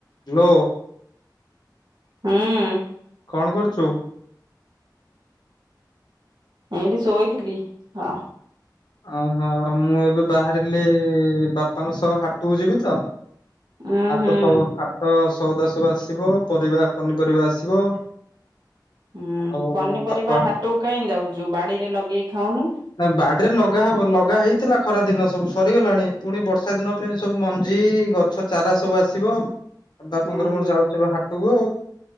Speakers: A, on the left (about 70°); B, on the right (about 65°).
A: Hello.
B: ହୁଁ
A: କଣ କରୁଚୁ?
B: ଏଇଠି ଶୋଇଥିଲି। ହଁ।
A: ଓହୋ ମୁଁ ଏବେ ବାହାରିଲି ବାପାଙ୍କ ସହ ହାଟକୁ ଯିବି ତ
B: ଉଁ
A: ହାଟ
B: ହୁଁ
A: ତ ହାଟ ସଉଦା ସବୁ ଆସିବ। ପରିବା ପନିପରିବା ଆସିବ।
B: ହୁଁ
A: ଆଉ
B: ପନିପରିବା
A: ବାପା
B: ହାଟକୁ କାହିଁ ଯାଉଛୁ ବାଡିରେ ଲଗେଇ ଖାଉନୁ।
A: ନା ବାଡିରେ ଲଗା ହବ ଲଗା ହେଇଥିଲା ଖରା ଦିନ ସବୁ ସରିଗଲାଣି ପୁଣି ବର୍ଷା ଦିନ ପାଇଁ ସବୁ ମଞ୍ଜି ଗଛ ଚାରା ସବୁ ଆସିବ ବାପାଙ୍କର
B: ଉଁ ହୁଁ
A: ମୋର ଯାଉଛି ବା ହାଟକୁ।